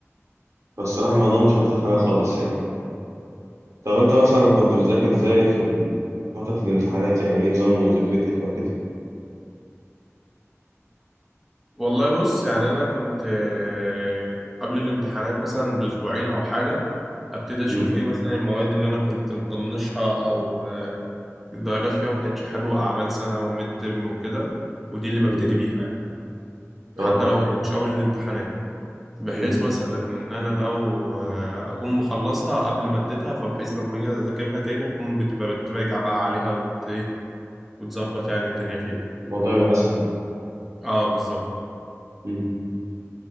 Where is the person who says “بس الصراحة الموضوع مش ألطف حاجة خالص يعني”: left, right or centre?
Right